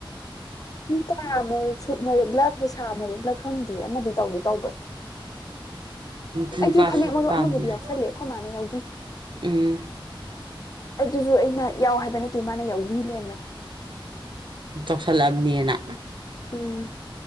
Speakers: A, on the left (about 40°); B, on the right (about 60°).
A: ꯃꯨꯀꯥ ꯃꯔꯨꯞ ꯁꯨꯠ ꯃꯔꯨꯞꯂ ꯄꯩꯁꯥ ꯃꯔꯨꯞꯂ ꯈꯪꯗꯦ ꯑꯃꯗꯤ ꯇꯧꯗꯤ ꯇꯧꯕꯅꯦ ꯫
B: ꯃꯨꯀꯥ
A: ꯑꯩꯁꯨ ꯐꯅꯦꯛ
B: ꯁꯨꯠ
A: ꯃꯔꯨꯞ
B: ꯄꯥꯝꯃꯤꯅ
A: ꯑꯃꯕꯨꯗꯤ ꯌꯥꯎꯁꯜꯂꯦ ꯑꯩꯈꯣꯏ ꯃꯥꯅ ꯌꯥꯎꯕꯤ ꯫
B: ꯎꯝ
A: ꯑꯗꯨꯁꯨ ꯑꯩꯅ ꯌꯥꯎ ꯍꯥꯏꯕ ꯅꯠꯇꯦ ꯃꯥꯅ ꯌꯥꯎꯕꯤ ꯂꯩꯔꯝꯕꯅꯤ ꯫
B: ꯆꯥꯎꯁꯤꯜꯂ‌ꯑꯝꯅ‌ꯦꯅ
A: ꯎꯝ